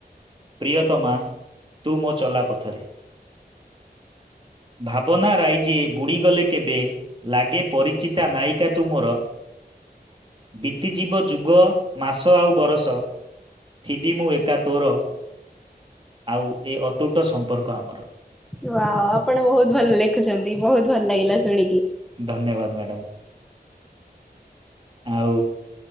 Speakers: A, on the right; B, in the centre.
A: ପ୍ରିୟତମା ତୁ ମୋ ଚଲା ପଥରେ। ଭାବନା ରାଇଯେ ବୁଡ଼ିଗଲେ କେବେ ଲାଗେ ପରିଚିତା ନାୟିକା ତୁ ମୋର। ବିତିଯିବ ଯୁଗ ମାସ ଆଉ ବରଷ ଥିବି ମୁଁ ଏକା ତୋର ଆଉ ଏ ଅତୁଟ ସମ୍ପର୍କ ଆମର।
B: ୱାଓ, ଆପଣ ବହୁତ ଭଲ ଲେଖୁଛନ୍ତି ବହୁତ ଭଲ ଲାଗିଲା ଶୁଣିକି।
A: ଧନ୍ୟବାଦ ମ୍ୟାଡ଼ମ୍। ଆଉ